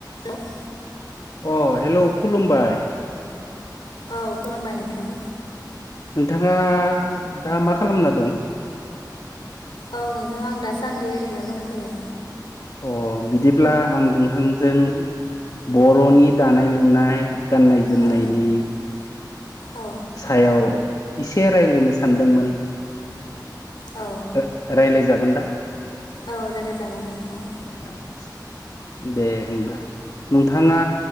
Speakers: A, on the left (about 85°); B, on the left (about 50°).
A: हेल'।
B: अ हेल' खुलुमबाय।
A: औ खुलुमबाय नोंथां।
B: नोंथाङा दा मा खालामना दं?
A: औ नोंथा आं दासान्दि ओरैनो दंथ'यो।
B: अ बिदिब्ला आं नोंथांजों बर'नि दानाय लुनाय गान्नाय जोमनायनि
A: औ औ
B: सायाव एसे रायलायनो सानदोंमोन।
A: औ
B: ओ रायलायजागोन दा
A: औ रालायजागोन नोंथां।
B: आतसा दे होमब्ला। नोंथाङा